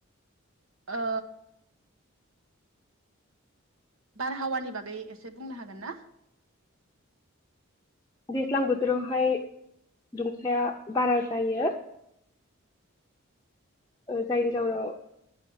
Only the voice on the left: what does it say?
दैज्लां बोथोरावहाय दुंखाया बारा जायो। जायनि जहोनाव